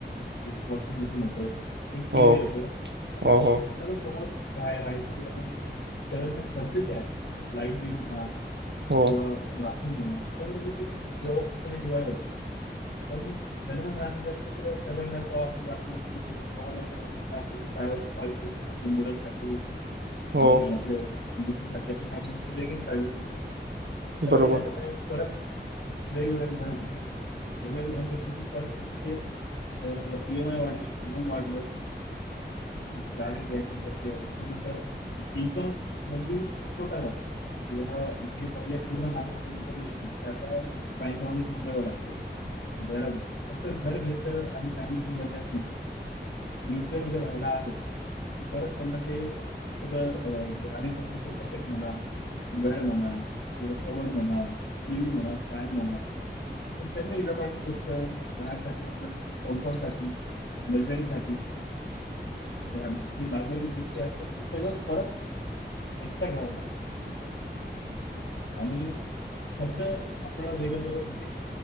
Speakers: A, on the left; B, on the right.
A: एक वॉशिंग मशीन होत, एक टीव्ही
B: हो
A: होत. आणि
B: हो हो
A: सगळ सोबत राहा राहायचे आणि सगळयांचा खर्च जे आहे, लाईट बिल म्हणा किंवा
B: हो
A: राशीन म्हणा हे सगळ व्यवस्तिथीत पणे हे डिव्हएड पायजे पण लग्न झाल्यानंतर असा सगळ्यांना असा वाटलं की दोगांना जसा वाटल की <unintelligible> प्रायवसी पायजे आपल्या मुलांसाठी
B: हो
A: आणि आपले मिस्सेससाठी <unintelligible> वेगलीच प्रायवसी पायजे, सगळ्यांनी
B: बरोबर
A: आता काय परत वेगळा वेगळा घर घेतला. वेगवेगळी घर घेतली की परत त्यांची ते अ ई एम ई वाढली, लोन वाढलं. जागे घ्या आणि <unintelligible> त्याच्यानंतर इन्कममध्ये तोटा झाला किंवा हे पहिले पूर्ण हातामध्ये इन्कम यायची त्याचा बँकामध्ये <unintelligible> द्यावं लागत घरा फक्त घर घेतलं आणि फॅमिली <unintelligible> झाली असं नसते हम्म कर्ज राहिल आजुन परत त्यांना ते सगळं अ राहण्यासाठी सोफासेट म्हणा बेड म्हणा किंवा कबड म्हणा टी व्ही म्हणा फॅन म्हणा. हे सगळ इलेक्ट्रॉनिक गोष्ट राहण्यासाठी आपण कम्फर्टसाठी लक्झरीसाठी. <unintelligible> जे लागलेली गोष्टी असतात ते सगळं परत एक्स्ट्रा घ्यावं ला आणि खर्च आपल्याला वेगळ वेगळं म्हणजे